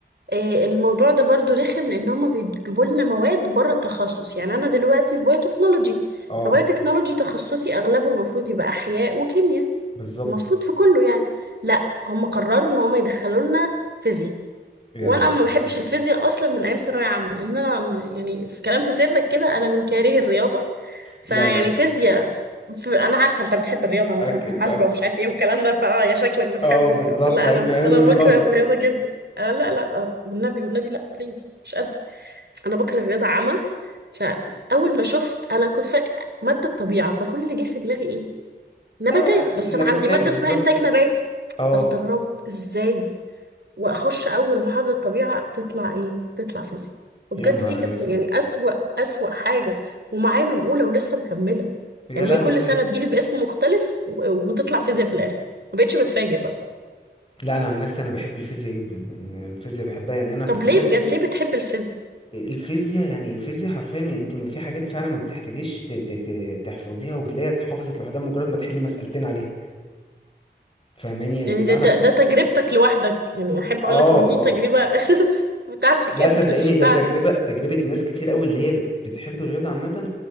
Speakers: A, on the right; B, on the left.
A: آه، الموضوع ده برضو رخم لان هما بيجيبوا لنا مواد بره التخصص يعني انا دلوقتي في بايوتكنولوجي
B: اه
A: فبايوتكنولوجي تخصصي اغلبه المفروض يبقى احياء وكيمياء
B: بالظبط
A: المفروض في كله يعني لا هم قرروا ان هم يدخلوا لنا فيزياء
B: يا
A: وانا
B: نهار
A: ما
B: اسود
A: بحبش الفيزياء اصلا من ايام ثانويه عامه لان انا م- يعني في كلام في سرك كده انا من كاره الرياضه فيعني
B: لا لا لا
A: فيزياء في انا عارفه انت بتحب الرياضه انت
B: اكيد
A: في محاسبه
B: أك-
A: ومش عارف ايه والكلام ده فاه يا شكلك بتحب
B: اه بالظبط
A: الرياضه لا
B: علم
A: انا
B: علم
A: انا
B: رياضة
A: بكره الرياضه جدا آه لا لا آه والنبي والنبي لا بليز مش قادره انا بكره الرياضه عامه فاول ما شفت انا كنت فاكره ماده طبيعه فكل اللي جه في دماغي ايه نباتات
B: آه
A: بس
B: نباتات
A: انا عندي ماده
B: بالظبط
A: اسمها انتاج نباتي
B: اه
A: فاستغربت ازاي واخش اول محاضره طبيعه تطلع ايه تطلع فيزياء وبجد
B: يا نهار
A: دي كانت
B: اسود
A: يعني اسوأ اسوأ حاجه ومعايا من اولى ولسه مكمله
B: يا
A: يعني
B: لهوي
A: هي كل سنه تجيلي باسم مختلف و- وتطلع فيزياء في الاخر ما بقتش بتفاجئ بقى
B: لا انا عن نفسي انا بحب الفيزياء جدا يعني الفيزياء بحبها يعني انا كنت
A: طب ليه
B: احب
A: بجد ليه بتحب الفيزياء
B: الفيزياء يعني الفيزياء حرفيا يعني انت ما- في حاجات فعلا ما بتحتاجيش ت- ت- ت- تحفظيها وبتلاقيها اتحفظت لوحدها مجرد ما تحلي مسألتين عليها فاهماني يعني
A: يعني
B: لو
A: ده
B: انا
A: ده,
B: في...
A: ده تجربتك لوحدك يعني احب
B: اه
A: اقولك ان دي
B: اه
A: تجربه <laughs> بتاعتك
B: لا
A: انت
B: صدقيني
A: مش
B: ده
A: بتاعتي
B: تجربة تجربة ناس كتير قوي اللي هي بت... بتحب الرياضة عامة